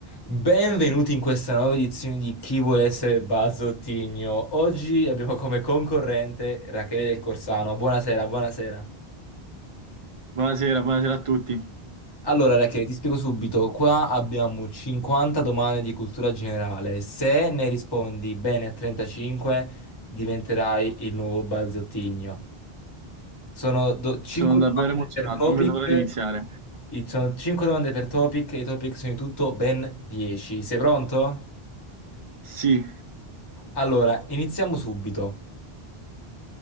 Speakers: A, on the left (about 25°); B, on the right (about 50°).
A: Benvenuti in questa nuova edizione di Chi vuole essere Bazzottigno. Oggi abbiamo come concorrente Rachele del Corsano. Buonasera, buonasera.
B: Buonasera, buonasera a tutti.
A: Allora, Rachele, ti spiego subito. Qua abbiamo 50 domande di cultura generale. Se ne rispondi bene a 35, diventerai il nuovo Bazzottigno. Sono 5
B: Sono davvero
A: domande
B: emozionato,
A: per topic.
B: non vedo l'ora di iniziare.
A: i- Sono 5 domande per topic e i topic sono in tutto ben 10. Sei pronto?
B: Sì,
A: Allora, iniziamo subito.